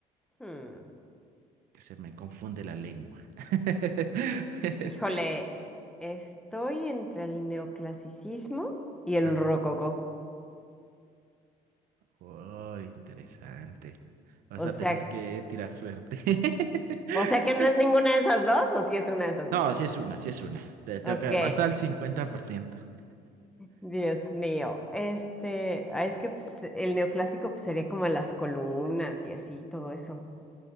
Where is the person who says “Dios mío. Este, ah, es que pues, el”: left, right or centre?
Centre